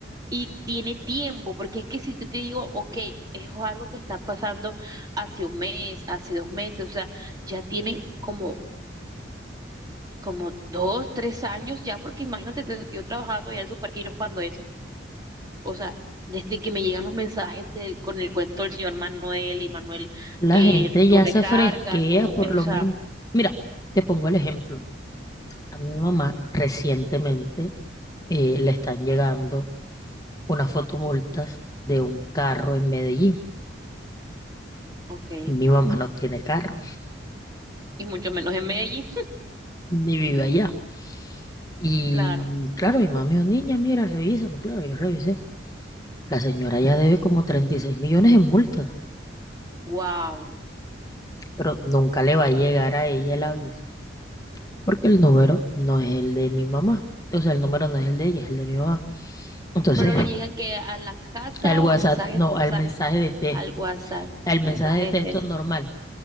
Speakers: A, on the right (about 20°); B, on the left (about 20°).
A: y tiene tiempo, porque es que si yo te digo, ok, es algo que está pasando hace un mes, hace dos meses, o sea, ya tiene como, como dos, tres años ya, porque imagínate desde que yo trabajaba todavía en Supergiros cuando eso. O sea, desde que me llegan los mensajes del, con el cuento del señor Manuel y Manuel,
B: la
A: eh,
B: gente
A: tu
B: ya
A: recarga,
B: se fresquea
A: tu,
B: por
A: esa,
B: lo mismo. Mira, te pongo el ejemplo. A mi mamá recientemente eh, le están llegando unas fotomultas de un carro en Medellín.
A: ok,
B: Mi mamá no tiene carro,
A: y mucho menos en Medellín,
B: ni vive allá. Y
A: <laughs> claro,
B: claro, mi mamá me dijo, niña, mira, revísame. Claro, yo revisé. La señora ya debe como 36 millones en multas.
A: wow.
B: pero nunca le va a llegar a ella el aviso, porque el número no es el de mi mamá. O sea, el número no es el de ella, es el de mi mamá. Entonces,
A: Pero le llegan que a la casa
B: el WhatsApp,
A: o mensajes,
B: no,
A: mensajes
B: el mensaje de texto,
A: al WhatsApp,
B: el
A: mensajes
B: mensaje de texto
A: de texto.
B: normal.